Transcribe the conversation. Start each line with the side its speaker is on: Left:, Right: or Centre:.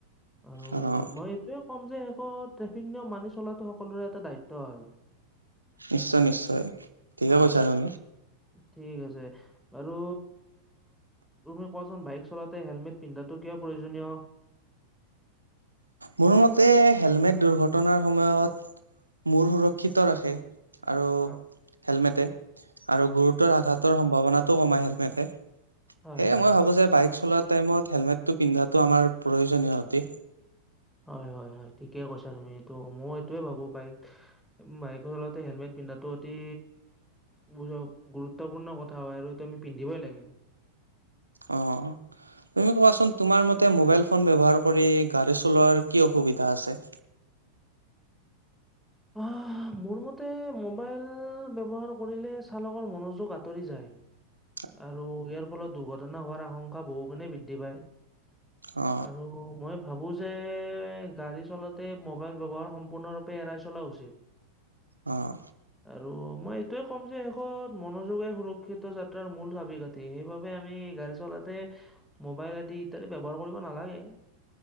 Centre: আৰু
Right: অহ।
Centre: এ, মই এইটোৱে ক'ম যে শেষত ট্ৰেফিক নিয়ম মানি চলাটো সকলোৰে এটা দায়িত্ব হয়।
Right: নিশ্চয়, নিশ্চয়। ঠিকে
Centre: অ,
Right: কৈছা তুমি
Centre: ঠিক আছে বাৰু তুমি কোৱাচোন বাইক চলাওঁতে হেলমেট পিন্ধাটো কিয় প্ৰয়োজনীয়?
Right: মোৰ মতে হেলমেট দুৰ্ঘটনাৰ সময়ত মূৰ সুৰক্ষিত ৰাখে আৰু
Centre: হয়।
Right: হেলমেটে আৰু গুৰুতৰ আঘাত তৰ সম্ভাৱনাটো কমাই হেলমেটে, সেয়ে
Centre: হয়, হয়।
Right: মই ভাবো যে বাইক চলোৱা টাইমত হেলমেটটো পিন্ধাটো আমাৰ প্ৰয়োজনীয় অতি
Centre: হয়, হয়, হয় ঠিকে কৈছা তুমি। ত' মই এইটোয়ে ভাবো বাইক বাইকৰ লগতে হেলমেট পিন্ধাটো অতি গুৰুত্বপূৰ্ণ কথা হয় আৰু এইটো আমি পিন্ধিবই লাগে
Right: অহ'। তুমি কোৱাচোন তুমাৰ মতে মবাইল ফোন ব্যৱহাৰ কৰি গাড়ী চলোৱাৰ কি অসুবিধা আছে?
Centre: অ, মোৰ মতে মোবাইল ব্যৱহাৰ কৰিলে চালকৰ মনোযোগ আঁতৰি যায়।
Right: <unintelligible>
Centre: আৰু ইয়াৰ ফলত দুৰ্ঘটনা হোৱাৰ আশংকা বহু গুণে বৃদ্ধি পায়।
Right: অ
Centre: আৰু মই ভাবো যে গাড়ী চলাতে মোবাইল ব্যৱহাৰ সম্পূৰ্ণৰূপে এৰাই চলোৱা উচিত।
Right: অহ।
Centre: আৰু মই এইটোয়ে ক'ম যে শেষত মনোযোগাই সুৰক্ষিত যাত্ৰাৰ মূল চাবি কাঠি ঠি, সেইবাবে আমি গাড়ী চলাতে মোবাইল আদি ইত্যাদি ব্যৱহাৰ কৰিব নালাগে।